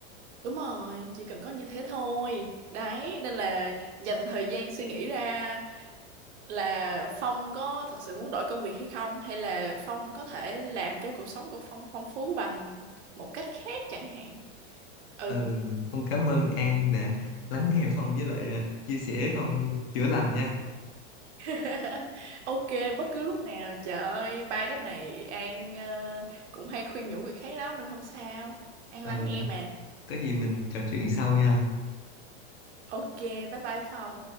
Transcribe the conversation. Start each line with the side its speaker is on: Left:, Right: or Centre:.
Right: đúng rồi chỉ cần có như thế thôi đấy nên là dành thời gian suy nghĩ ra là Phong có thật sự muốn đổi công việc hay không hay là Phong có thể làm cho cuộc sống của Phong phong phú bằng một cách khác chẳng hạn ừ
Left: Ừ, Phong cảm ơn An đã lắng nghe Phong với lại à, chia sẻ Phong chữa lành nha.
Right: <laughs> ok bất cứ lúc nào trời ơi ba cái này An ờ, cũng hay khuyên nhủ người khác lắm nên không sao An
Left: Ừ,
Right: lắng nghe mà
Left: có gì mình trò chuyện sau nha.
Right: ok bye bye Phong